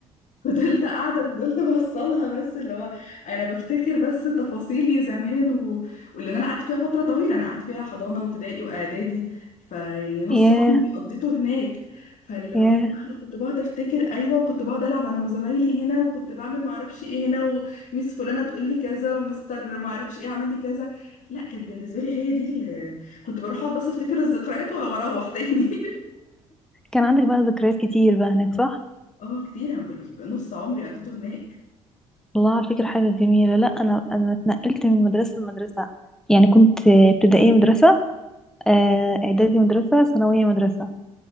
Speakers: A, on the left; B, in the centre.
A: فضلت قاعدة وفضلت بوصلها بس اللي هو أنا بفتكر بس تفاصيلي زمان و... واللي أنا قعدت فيها فترة طويلة أنا قعدت فيها حضانة وابتدائي وإعدادي فيعني نص
B: ياه
A: عمري قضيته هناك فاللي
B: ياه
A: هو أنا كنت بقعد أفتكر أيوة وكنت بقعد ألعب أنا وزمايلي هنا وكنت بعمل معرفش إيه هنا وميس فلانة تقول لي كذا ومستر معرفش إيه عمل لي كذا لا كانت بالنسبة لي هي دي اللي كنت بروح أقعد بس أفتكر الذكريات وأروح تاني <laughs>
B: كان عندك بقى ذكريات كتير بقى هناك صح
A: اه كتير أنا بقول- نص عمري قضيته هناك
B: الله على فكرة حاجة جميلة لا انا انا اتنقلت من مدرسة لمدرسة يعني كنت آه، ابتدائية مدرسة آه، اعدادي مدرسة ثانوية مدرسة